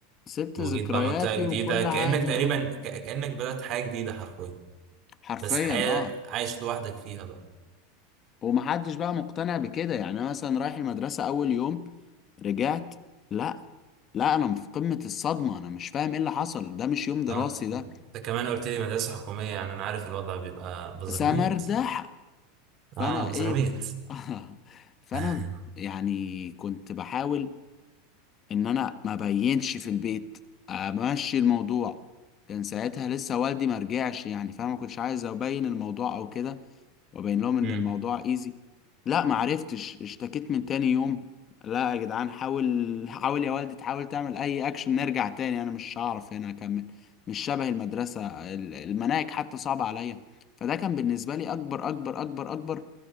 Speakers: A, on the left; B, on the right.
A: فسبت
B: وجيت
A: ذكرياتي
B: بقى منطقة جديدة
A: وكل
B: كأنك
A: حاجة
B: تقريبا ك... كأنك بدأت حياة جديدة حرفيا
A: حرفيا
B: بس حياة
A: اه
B: عايش لوحدك فيها بقى
A: ومحدش بقى مقتنع بكده يعني انا مثلا رايح المدرسة اول يوم رجعت لا لا انا في قمة الصدمة انا مش فاهم ايه اللي حصل ده مش يوم دراسي
B: اه انت انت
A: ده
B: كمان قلت لي مدرسة حكومية يعني انا عارف الوضع بيبقى بزراميط
A: سمردحة فانا
B: اه
A: ايه
B: بزراميط
A: بقى <laughs> فانا
B: <laughs>
A: يعني كنت بحاول ان انا ما بينش في البيت امشي الموضوع كان ساعتها لسه والدي ما رجعش يعني فانا ما كنتش عايز ابين الموضوع او كده وابين لهم ان
B: مم.
A: الموضوع ايزي لا ما عرفتش اشتكيت من تاني يوم لا يا جدعان حاول <laughs> حاول يا والدي تحاول تعمل اي اكشن نرجع تاني انا مش هعرف هنا اكمل مش شبه المدرسة ال- المناهج حتى صعبة عليا فده كان بالنسبة لي اكبر اكبر اكبر اكبر